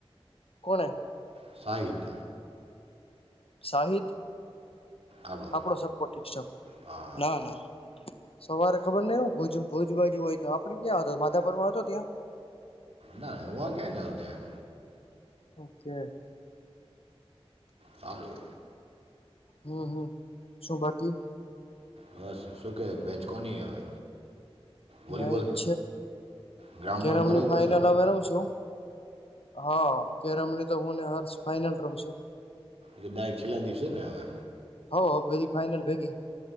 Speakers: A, on the left; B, on the right.
A: કોણ
B: સાહદ
A: સાહિત
B: આલો
A: આપણો સપોટ છે
B: હા હા.
A: ના ના સવારે ખબર નહ હો ભુજ બાજુ હોય તો આપડે ક્યાં માધાભરમાં હતો ત્યાં
B: ના હું આ ક્યાંય ન હતો ત્યાં
A: ઓકે
B: ફલોો
A: હમ હમ શું બાકી
B: બસ શું કે બેચ કો નહી હવે વોલીબોલ
A: મેચ
B: ગ્રાઉન્ડ
A: અ કેરમની
B: બ્રાઉન્ડ કરાવવું
A: ફાઈનલ
B: પડશે
A: હવે રમ છું હા કે રમણી તો હુંને હષ ફાઈનલ રમશું
B: ડાયક છેલ્લા દિવસે ને હવે
A: હો બરી ફાઇનલ ભેગી